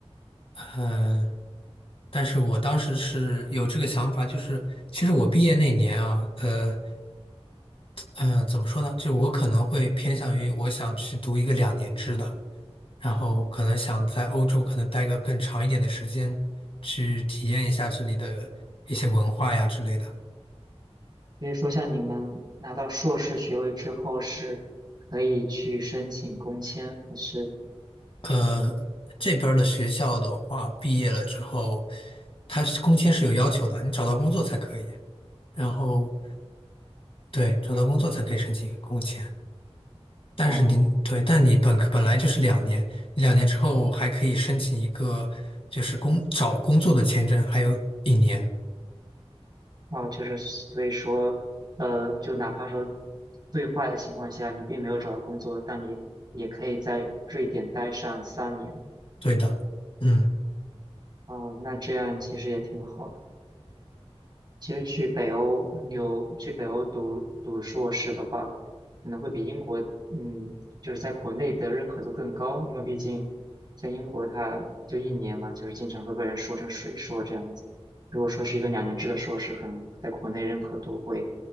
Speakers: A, on the left (about 60°); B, on the right (about 40°).
A: 嗯、但是我当时是有这个想法，就是其实我毕业那年啊，呃。嗯，呃怎么说呢？就我可能会偏向于我想去读一个两年制的，然后可能想在欧洲可能待个更长一点的时间，去体验一下这里的一些文化呀之类的。
B: 所以说，像你们拿到硕士学位之后，是可以去申请工签，还是
A: 呃，这边儿的学校的话，毕业了之后，它是工签是有要求的，你找到工作才可以。然后对，找到工作才可以申请工签。但是您对，
B: 哦
A: 但你本科本来就是两年，两年之后还可以申请一个就是工找工作的签证，还有一年。
B: 哦，就是所以说，呃，就哪怕说最坏的情况下，你并没有找到工作，但你也可以在瑞典待上三年，
A: 对的，嗯
B: 哦，那这样其实也挺好的。其实去北欧有去北欧读读硕士的话，可能会比英国，嗯，就是在国内的认可度更高，因为毕竟像英国它就一年嘛，就是经常会被人说成水硕这样子。如果说是一个两年制的硕士，可能在国内认可度会